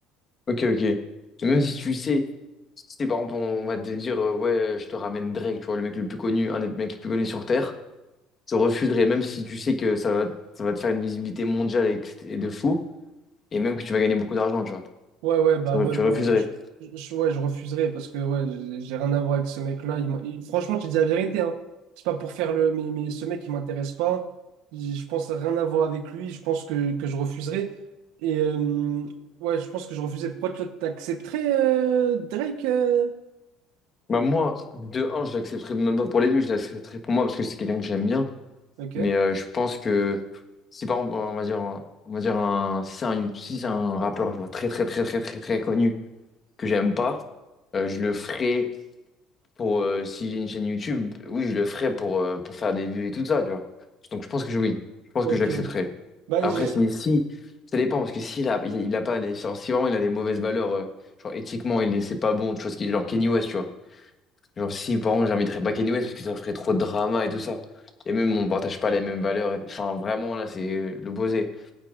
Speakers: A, on the left (about 30°); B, on the right (about 80°).
A: Ok, ok. Mais même si tu sais, si c'est par exemple, on va te dire, euh, ouais, je te ramène Drake, tu vois, le mec le plus connu, un des mecs les plus connus sur Terre, tu refuserais, même si tu sais que ça va, ça va te faire une visibilité mondiale et, que c'est- et de fou, et même que tu vas gagner beaucoup d'argent, tu vois.
B: Ouais, ouais, bah ouais,
A: Tu tu
B: non,
A: refuserais.
B: je, je- ouais, je refuserais parce que ouais, j'ai j'ai rien à voir avec ce mec-là. Il, m'a- il- franchement, je te dis la vérité, hein. C'est pas pour faire le. Mais, mais ce mec, il m'intéresse pas. Je je pense rien à voir avec lui. Je pense que, que je refuserais. Et euh, ouais, je pense que je refuserais. Pourquoi toi, t'accepterais euh, Drake? euh
A: Bah, moi, de un, je l'accepterais même pas pour les vues, je l'accepterais pour moi parce que c'est quelqu'un que j'aime bien.
B: Ok,
A: Mais euh, je pense que si par exemple, on va dire, un- on va dire un, si c'est un, si c'est un rappeur genre, très, très, très, très, très, très connu que j'aime pas, euh, je le ferais pour euh, si j'ai une chaîne YouTube, oui, je le ferai pour, euh, pour faire des vues et tout ça, tu vois. Donc je pense que je- oui, je pense
B: ok.
A: que j'accepterai.
B: Bah,
A: Après,
B: j'ai-
A: si, si, ça dépend, parce que s'il a, il, il a pas les, genre, si vraiment il a des mauvaises valeurs, euh, genre éthiquement, il est- c'est pas bon, tu vois, ce qui est genre Kenny West, tu vois. Genre si, par exemple, j'inviterais pas Kenny West parce que ça ferait trop de drama et tout ça. Et même, on partage pas les mêmes valeurs. et- Enfin, vraiment, là, c'est euh, l'opposé.